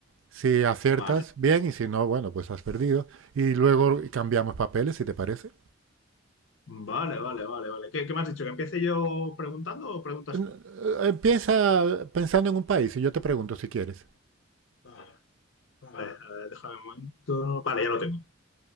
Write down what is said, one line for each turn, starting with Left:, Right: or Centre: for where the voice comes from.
Right: Si aciertas,
Left: vale,
Right: bien, y si no, bueno, pues has perdido. Y luego cambiamos papeles, si te parece.
Left: vale, vale, vale, vale. ¿Qué, qué me has dicho? ¿Que empiece yo preguntando o preguntas
Right: N-
Left: tú?
Right: eh, Empieza pensando en un país y yo te pregunto si quieres.
Left: Vale, vale, a ver, déjame un momento. Vale, ya lo tengo.